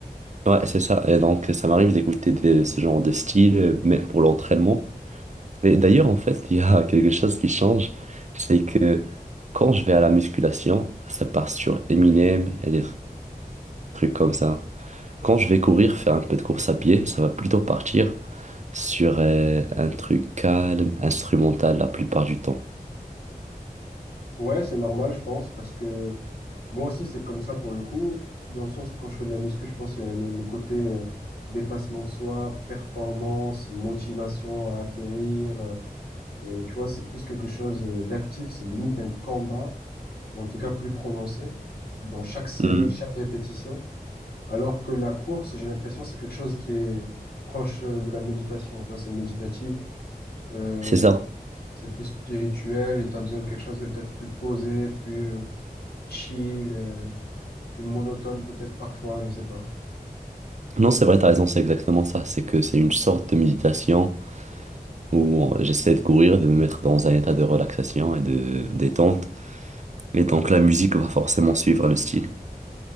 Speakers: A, on the right; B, on the left.
A: Ouais, c'est ça. Et donc, ça m'arrive d'écouter de ce genre de style, euh, mais pour l'entraînement. Mais d'ailleurs, en fait, <laughs> il y a <laughs> quelque chose qui change, c'est que quand je vais à la musculation, ça part sur Eminem et des trucs comme ça. Quand je vais courir, faire un peu de course à pied, ça va plutôt partir sur euh, un truc calme, instrumental la plupart du temps.
B: Ouais, c'est normal, je pense, parce que moi aussi, c'est comme ça pour le coup, dans le sens où quand je fais de la muscu, je pense qu'il y a le, le côté euh, dépassement de soi, performance, motivation à acquérir, euh, Euh, tu vois, c'est plus quelque chose euh, d'actif, c'est limite un combat, ou en tout cas plus prononcé, dans chaque série,
A: Hmm,
B: chaque répétition. Alors que la course, j'ai l'impression, c'est quelque chose qui est proche euh, de la méditation. Tu vois, c'est méditatif, euh,
A: c'est ça.
B: c'est plus spirituel, et tu as besoin de quelque chose de peut-être plus posé, plus euh, chill, euh, plus monotone peut-être parfois, je sais pas.
A: Non, c'est vrai, t'as raison, c'est exactement ça. C'est que c'est une sorte de méditation où euh, j'essaie de courir, de me mettre dans un état de relaxation et de détente. Et donc la musique va forcément suivre le style.